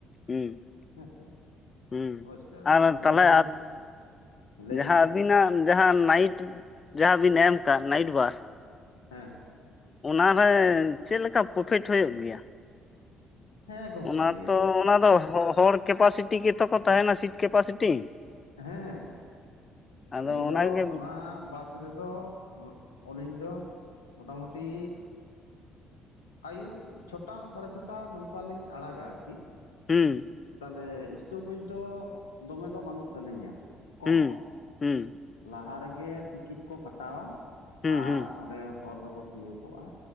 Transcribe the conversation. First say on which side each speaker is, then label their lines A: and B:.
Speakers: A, on the left; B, on the left.
A: ᱦᱩᱸ
B: ᱦᱮᱸ ᱥᱮ
A: ᱦᱩᱸ
B: ᱠᱷᱚᱡᱽ ᱠᱟᱜ
A: ᱟᱨ
B: ᱵᱤᱱ ᱟᱹᱵᱤᱱ
A: ᱛᱟᱦᱚᱞᱮ
B: ᱡᱩᱫᱤ ᱞᱟᱹᱭ
A: ᱡᱟᱦᱟᱸ
B: ᱵᱤᱱ?
A: ᱟᱹᱵᱤᱱᱟᱜ ᱡᱟᱦᱟᱸ ᱱᱟᱭᱤᱴ ᱡᱟᱦᱟᱸ ᱵᱤᱱ ᱮᱢ ᱟᱠᱟᱜ-ᱟ ᱱᱟᱭᱤᱴ ᱵᱟᱥ
B: ᱦᱮᱸ
A: ᱚᱱᱟ ᱨᱮ ᱪᱮᱫ ᱞᱮᱠᱟ ᱯᱚᱴᱮᱴᱷᱚᱭᱚᱜ ᱜᱮᱭᱟ?
B: ᱦᱮᱸ ᱜᱚᱝᱠᱮ
A: ᱚᱱᱟ ᱛᱚ ᱚᱱᱟ ᱫᱚ ᱦᱚᱲ ᱠᱮᱯᱟᱥᱤᱴᱤ ᱜᱮ ᱛᱚ ᱠᱚ ᱛᱟᱦᱮᱱᱟ ᱥᱤᱴ ᱠᱮᱯᱟᱥᱤᱴᱤ
B: ᱦᱮᱸᱻ
A: ᱟᱫᱚ
B: ᱟᱹᱞᱤᱧ
A: ᱚᱱᱟᱜᱮ
B: ᱫᱚ ᱚᱱᱟ ᱵᱟᱥ ᱨᱮ ᱫᱚ ᱟᱹᱞᱤᱧ ᱫᱚ ᱢᱚᱴᱟᱢᱩᱴᱤ ᱟᱹᱭᱩᱵ ᱪᱷᱚᱴᱟ ᱥᱟᱲᱮ ᱪᱷᱚᱴᱟ ᱱᱚᱝᱠᱟ ᱞᱤᱧ ᱟᱲᱟᱜᱟ ᱟᱨᱠᱤ
A: ᱦᱩᱸ
B: ᱛᱟᱦᱚᱞᱮ ᱥᱴᱚᱯᱤᱡᱽ ᱫᱚ ᱫᱚᱢᱮ ᱫᱚ ᱵᱟᱹᱱᱩᱜ ᱛᱟᱹᱞᱤᱧᱟ ᱠᱚᱢ,
A: ᱦᱩᱸ ᱦᱩᱸ
B: ᱞᱟᱦᱟ ᱨᱮ ᱜᱮ ᱴᱤᱠᱤᱴ ᱠᱚ ᱠᱟᱴᱟᱣᱟ
A: ᱦᱩᱸ
B: ᱟᱨ
A: ᱦᱩᱸ
B: ᱚᱸᱰᱮ ᱦᱚᱨ ᱨᱮ ᱠᱚ ᱛᱤᱸᱜᱩ ᱠᱚᱜ-ᱟ᱾